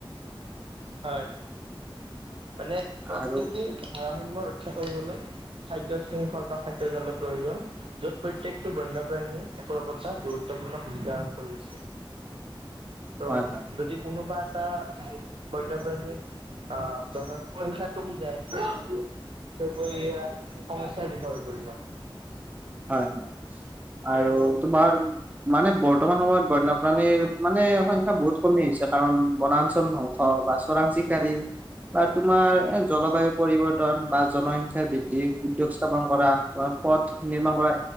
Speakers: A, on the right; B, on the right.
A: হয়, মানে প্ৰকৃতিৰ
B: আৰু
A: ভাৰসাম্য ৰক্ষা কৰিবলৈ খাদ্য শৃংখল বা খাদ্য জালৰ প্ৰয়োজন, য'ত প্ৰত্যেকটো বন্যপ্ৰাণীয়ে একো একোটা গুৰুত্বপূৰ্ণ ভূমিকা আৰোপ কৰিছে। ত'
B: হয় হয়
A: যদি কোনোবা এটা বন্যপ্ৰাণীৰ আহ জন সংখ্যাতোক বুজাই যায় নিশ্চয়কৈ সমস্যাৰ বিষয় হৈ পৰিব।
B: হয় হয় আৰু তোমাৰ মানে বৰ্তমান সময়ত বন্যপ্ৰাণীৰ মানে সংখ্যা বহুত কমি আহিছে কাৰণ বনাঞ্চল ধ্বংস বা চোৰাং চিকাৰি বা তোমাৰ এ জলবায়ু পৰিব ৰ্তন বা জনসংখ্যাৰ বৃদ্ধি, উদ্যোগ স্থাপন কৰা বা পথ নিৰ্মাণ কৰা